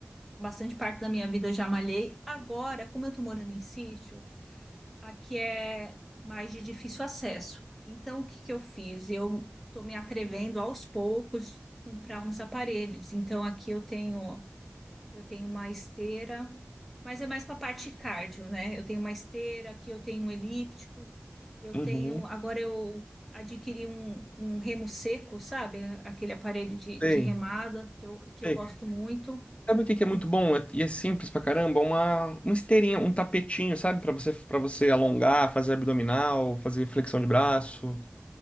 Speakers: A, in the centre; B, on the left.
A: bastante parte da minha vida eu já malhei. Agora, como eu estou morando em sítio, aqui é mais de difícil acesso. Então, o que que eu fiz? Eu estou me atrevendo aos poucos comprar uns aparelhos. Então, aqui eu tenho eu tenho uma esteira, mas é mais para a parte cardio, né? Eu tenho uma esteira, aqui eu tenho um elíptico, eu
B: Uhum.
A: tenho. Agora eu adquiri um, um remo seco, sabe? Aquele aparelho de,
B: Sei,
A: de remada que eu, que eu
B: sei.
A: gosto muito.
B: Sabe o que que é muito bom? É- E é simples pra caramba? Uma, uma esteirinha, um tapetinho, sabe? Pra você, para você alongar, fazer abdominal, fazer flexão de braço.